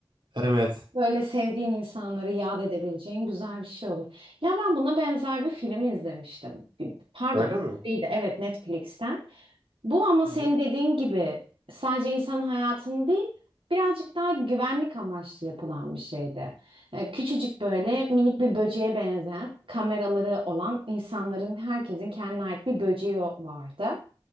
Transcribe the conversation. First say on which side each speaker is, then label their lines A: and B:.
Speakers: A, on the right (about 65°); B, on the right (about 80°).
A: Evet.
B: Böyle sevdiğin insanları yad edebileceğin güzel bir şey olur. Ya ben buna benzer bir film izlemiştim. Pardon,
A: Öyle mi?
B: değil de evet Netflix'ten. Bu ama
A: Hı
B: senin
A: hı.
B: dediğin gibi sadece insanın hayatını değil, birazcık daha güvenlik amaçlı yapılan bir şeydi. Ee, Küçücük böyle minik bir böceğe benzeyen kameraları olan insanların herkesin kendine ait bir böceği vardı.